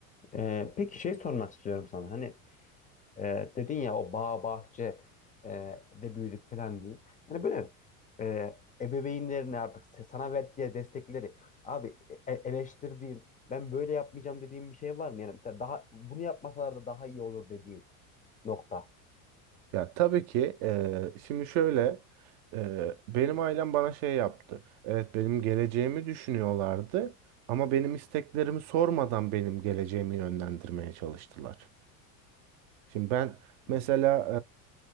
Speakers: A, on the left; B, on the right.
A: E, peki şey sormak istiyorum sana. Hani E, dedin ya o bağ bahçe e, de büyüdük falan diye. Yani böyle e, ebeveynlerin artık se- sana verdikleri destekleri abi e- e, eleştirdiğin ben böyle yapmayacağım dediğin bir şey var mı? Yani mesela daha bunu yapmasalar da daha iyi olur dediğin nokta.
B: Ya tabii ki eee, şimdi şöyle eee, benim ailem bana şey yaptı. Evet benim geleceğimi düşünüyorlardı ama benim isteklerimi sormadan benim geleceğimi yönlendirmeye çalıştılar. Şimdi ben
A: Hı
B: mesela